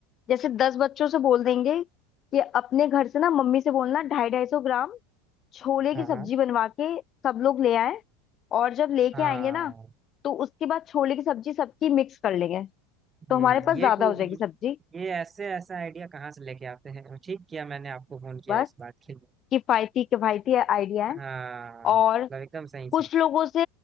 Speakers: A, on the left (about 40°); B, on the right (about 25°).
A: जैसे दस बच्चों से बोल देंगे कि अपने घर से ना मम्मी से बोलना ढाई ढाई सौ ग्राम छोले
B: हाँ
A: की सब्जी
B: हाँ
A: बनवा के सब लोग ले आए और जब लेके
B: हाँ
A: आएंगे ना तो उसके बाद छोले की सब्जी सबकी मिक्स कर लेंगे तो
B: हम्म
A: हमारे पास
B: ये
A: ज्यादा
B: को
A: हो जाएगी
B: ये
A: सब्जी
B: ये ऐसे ऐसा आइडिया कहाँ से लेके आते हैं ठीक किया मैंने आपको फोन किया
A: बस
B: इस बात के लिए
A: किफायती किफायती आइडिया है
B: हाँ
A: और
B: मतलब एकदम सही सही
A: कुछ लोगों से